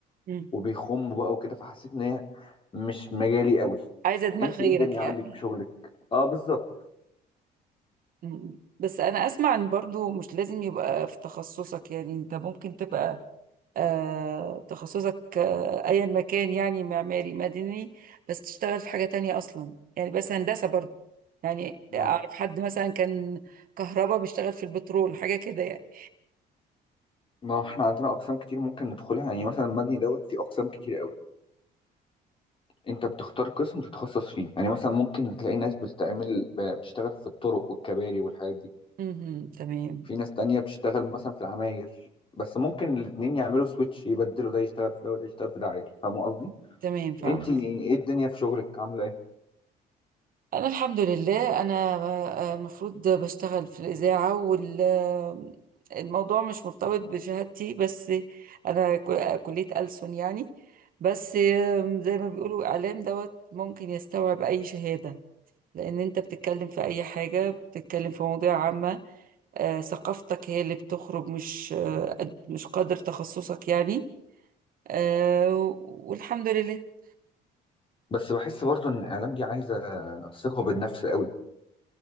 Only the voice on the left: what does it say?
وبيخموا بقى وكده فحسيت ان هي مش مجالي قوي
انت ايه
الدنيا
عندك في شغلك اه بالظبط
ما
ما احنا عندنا اقسام كتير ممكن ندخلها يعني مثلا المدني دوت في اقسام كتير قوي انت بتختار قسم تتخصص فيه يعني مثلا ممكن تلاقي ناس بتتعمل ب- بتشتغل في الطرق والكباري والحاجات دي
في ناس تانية بتشتغل مثلا في العماير بس ممكن الاتنين يعملوا سويتش يبدلوا ده يشتغل في ده وده يشتغل في ده عادي فاهم قصدي
انت ايه الدنيا في شغلك عامله ايه
بس بحس برضو ان الاعلام دي عايزه ثقه بالنفس قوي